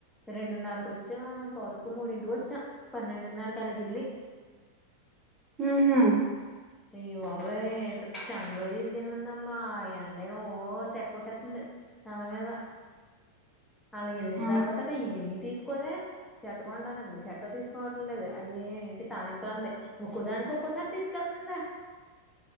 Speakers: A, in the centre; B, on the right.
A: రెండున్నరకు వచ్చాము పవ్ధక్క మూడింటికి వచ్చా పన్నెండున్నర కలిగిల్ళలి
B: ఉహు
A: అయ్యా బాబయ్ ఇ ఎండలో తీసుకెళ్లిందమ్మా ఈ ఎండ ఏ ఓ తేక్కుతట్టతుంది. తలమీద
B: <inaudible>
A: అలాగ వెళ్ళిన
B: ఆ
A: తర్వాత కయ ఏమి తీసుకోదే చెట్టుకోంటనంది చెట్ తీసుకోవట్ంలేదు అయ్య ఏంటి తాలింపులంది ఇన్క్కుదాని ఇంక ఒక్కసారి తీసుకెళ్తుందా